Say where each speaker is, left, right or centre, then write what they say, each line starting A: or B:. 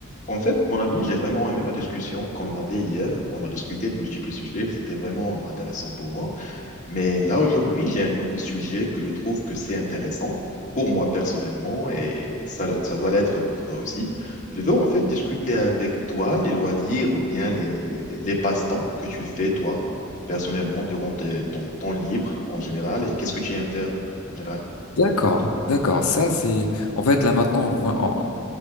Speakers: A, on the left; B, on the left.
A: En fait, mon ami, j'ai vraiment aimé la discussion qu'on avait hier. On a discuté de multiples sujets, c'était vraiment intéressant pour moi. Mais là, aujourd'hui, j'ai un nouveau sujet que je trouve que c'est intéressant pour moi personnellement et ça, ça doit l'être pour toi aussi. Je veux en fait discuter avec toi les loisirs ou bien les, les, les passe-temps que tu fais toi personnellement durant tes- ton temps libre en général et qu'est-ce que tu aimes faire en général.
B: D'accord, d'accord. Ça, c'est. En fait, là maintenant, on voit- on-